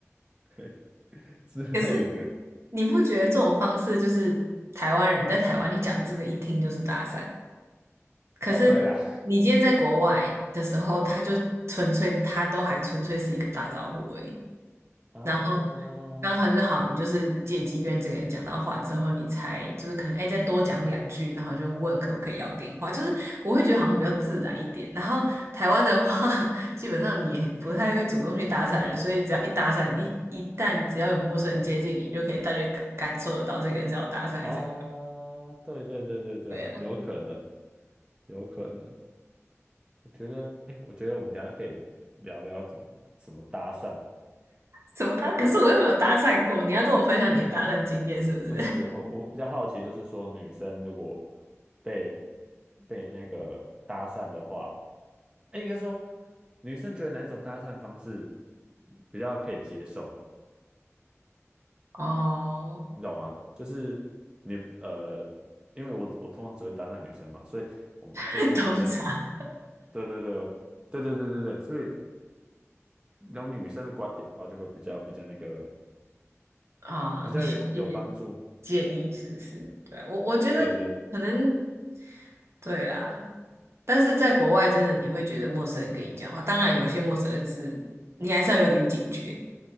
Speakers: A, on the right; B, on the right.
A: 哎 <laughs> 之类的。
B: 可是你不觉得这种方式就是台湾人在台湾，你讲这个一听就是搭讪。可是
A: 哦，对啦，
B: 你今天在国外的时候，他就纯粹他都还纯粹是一个打招呼而已。
A: 啊
B: 然后刚好就是好，你就是借机跟这个人讲到话之后，你才就是可能哎再多讲两句，然后就问可不可以要电话，就是我会觉得好像比较自然一点。然后台湾的话，<laughs> 基本上你也不太会主动去搭讪人，所以只要一搭讪，一一旦只要有陌生人接近你，你就可以大概感感受得到这个人是要搭讪还是
A: 啊，
B: <laughs> 要
A: 对对对对对，
B: 对啊，
A: 有可能，有可能。我觉得，哎，我觉得我们等一下可以聊聊怎么怎么搭讪。
B: 怎么搭？可是我又没有搭讪过，
A: 我
B: 你要跟我分享你的搭讪经验是不是？
A: 嗯，不是不是，我我比较好奇，就是说女生如果被被那个搭讪的话，哎，应该说，女生觉得哪一种搭讪方式比较可以接受，
B: <laughs> 哦，
A: 你懂吗？就是你呃，因为我我通常只会搭讪女生嘛，所以我们就会比较想，
B: <laughs> 通常。
A: 对对对对对对对对，所以用女生的观点的话，就会比较比较那个
B: 啊，
A: 比较有有帮助。
B: 你需要一点建议是不是？对啊我我觉得可能
A: 对对，
B: 对啦，但是在国外真的你会觉得陌生人跟你讲话，当然有些陌生人是你还是要有点警觉，